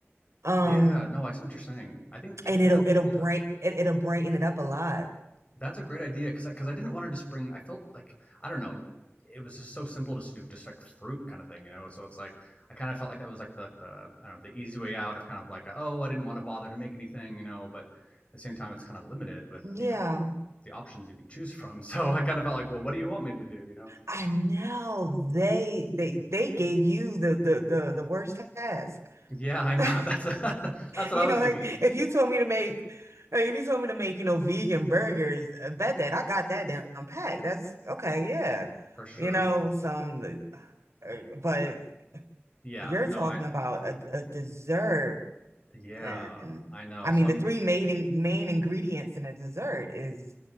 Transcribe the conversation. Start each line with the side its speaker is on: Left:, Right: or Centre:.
Right: Um,
Left: Yeah, no, I see what you're saying. I think
Right: and it'll
Left: that's
Right: it'll
Left: yeah,
Right: bright it, it'll brighten it up a lot.
Left: that's a great idea because because I, 'cause I didn't want to just bring. I felt like I don't know. It was just so simple to do, just like fruit kind of thing, you know. So it's like I kind of felt like that was like the the I don't know, the easy way out of kind of like oh I didn't want to bother to make anything, you know. But at the same time, it's kind of limited with
Right: Yeah,
Left: you know the options you can choose from. <laughs> So I kind of felt like well, what do you want me to do, you know?
Right: I know they they they gave you the the the the worst task.
Left: Yeah, I know.
Right: <laughs>
Left: <laughs> That's <laughs> that's what
Right: You
Left: I was
Right: know, like
Left: thinking
Right: if you told me to make, like, if you told me to make, you know, vegan burgers, I bet that I got that down packed. That's okay, yeah.
Left: for sure.
Right: You know, some, uh, but
Left: Yeah,
Right: you're
Left: no,
Right: talking
Left: I
Right: about a, a dessert,
Left: Yeah,
Right: and
Left: I know.
Right: I
Left: So
Right: mean,
Left: I'm
Right: the three main in- main ingredients in a dessert is